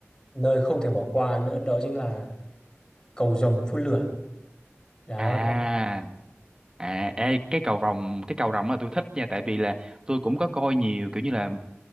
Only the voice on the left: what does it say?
nơi không thể bỏ qua nữa đó chính là cầu rồng phun lửa. Đó.